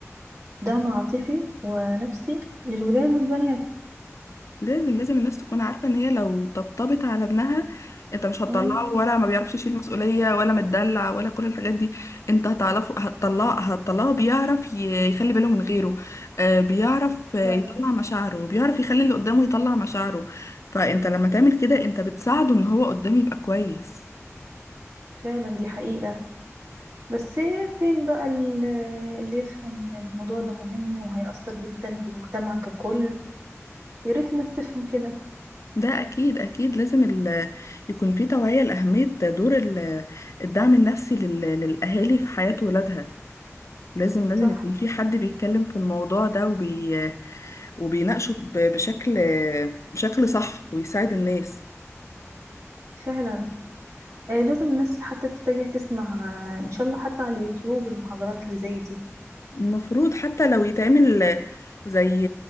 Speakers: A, on the right; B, on the left.
A: دعم عاطفي ونفسي للولاد والبنات
B: لازم لازم الناس تكون عارفة ان هي لو طبطبت على ابنها انت مش هتطلعه
A: امم
B: ولا ما بيعرفش يشيل مسؤولية ولا متدلع ولا كل الحاجات دي انت هتعرفه هتطلعه هتطلعه بيعرف ي- يخلي باله من غيره آه، بيعرف آه،
A: فعلا
B: يطلع مشاعره بيعرف يخلي اللي قدامه يطلع مشاعره فانت لما تعمل كده انت بتساعده ان هو قدامه يبقى كويس
A: فعلا دي حقيقة بس فين بقى ال- اللي يفهم ان الموضوع ده مهم وهيأثر جدا في المجتمع ككل يا ريت الناس تفهم كده
B: ده اكيد اكيد لازم ال- يكون في توعية لأهمية دور ال- الدعم النفسي لل- للأهالي في حياة ولادها لازم لازم
A: صح
B: يكون في حد بيتكلم في الموضوع ده وبي... وبيناقشه ب- بشكل بشكل صح ويساعد الناس
A: فعلا آه لازم الناس حتى تتجه تسمع آه ان شاء الله حتى على اليوتيوب المحاضرات اللي زي دي
B: المفروض حتى لو يتعمل زي